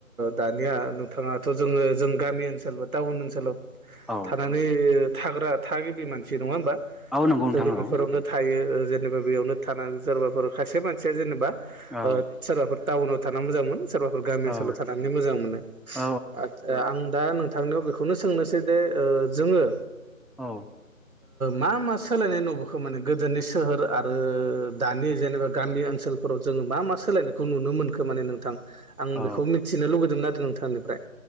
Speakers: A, on the right; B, in the centre.
A: दानिया दाथ' जोङो जों गामि ओनसोल बा टाउन ओनसोलाव
B: औ
A: थानानै थाग्रा थागिबि मानसि नङा होनबा?
B: औ नंगौ
A: जों
B: नोंथां औ
A: बेफोरावनो थायो। जेनेबा बेयावनो थानानै सोरबाफोर खायसे मानसिया जेनेबा
B: औ
A: सोरबाफोर टाउनाव थाना मोजां मोनो सोरबाफोर गामि ओनसोलाव
B: औ
A: थानानै मोजां मोनो
B: औ
A: आ आं दा नोंथांनाव बेखौनो सोंनोसै जे जोङो
B: औ
A: मा मा सोलायनाय नुबोखो? माने गोदोनि सोहोर आरो दानि जेनेबा गामि ओन्सोलफोराव जोङो मा मा सोलायनायखौ नुनो मोनखो? माने नोंथां आं
B: औ
A: बेखौ मिथिनो लुगैदों आरोना नोंथांनिफ्राय